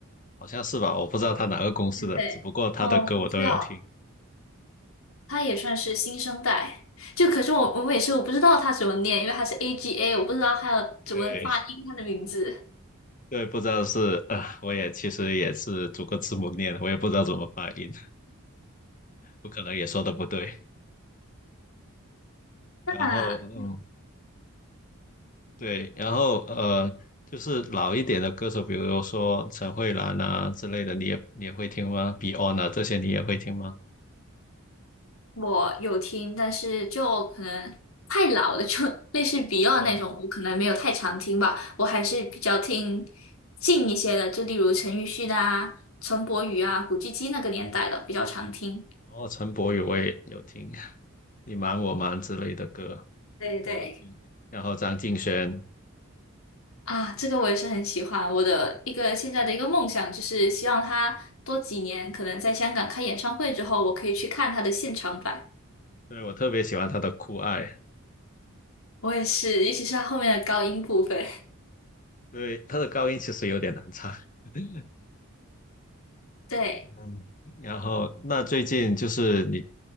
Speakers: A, on the left; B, on the left.
A: 好像是吧？我不知道她哪个公司的，
B: 对对。
A: 只不过她的歌我都有听。
B: 哦，我知道。他也算是新生代。就可是我我每次我不知道他怎么念，因为他是 AGA，我不知道他要怎么发音他的名字。
A: 对对，不知道是呃，我也其实也是逐个字母念的，我也不知道怎么发音，不可能也说的不对。
B: 那
A: 然后嗯，对，然后呃，就是老一点的歌手，比如说陈慧兰啊之类的，你也你也会听吗？Beyond 啊这些你也会听吗？
B: 我有听，但是就可能太老了，就类似 Beyond
A: 哦。
B: 那种，我可能没有太常听吧。我还是比较听近一些的，就例如陈奕迅啊、陈柏宇啊、古巨基那个年代的比较常听。
A: 然后陈柏宇我也有听，你瞒我瞒之类的歌
B: 对对。
A: 都有听。然后张敬轩，
B: 啊，这个我也是很喜欢。我的一个现在的一个梦想就是希望他多几年，可能在香港开演唱会之后，我可以去看他的现场版。
A: 对，我特别喜欢他的《酷爱》，
B: 我也是，尤其是他后面的高音部分。<laughs>
A: 对，他的高音其实有点难唱。<laughs>
B: 对，
A: 嗯，然后那最近就是你，